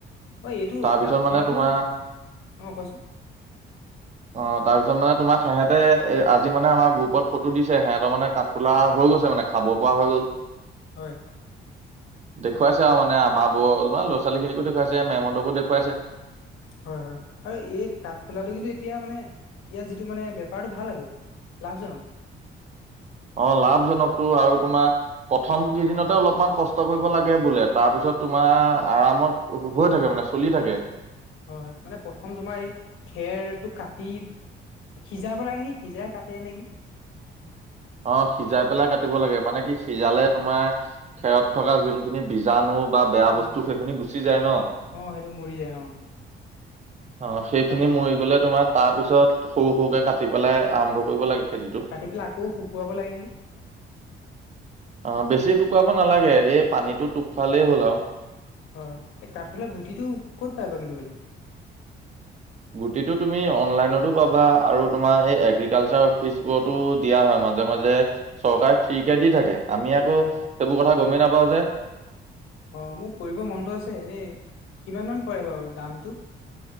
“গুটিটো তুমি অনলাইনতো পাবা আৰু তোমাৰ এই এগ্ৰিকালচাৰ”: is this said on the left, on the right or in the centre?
Right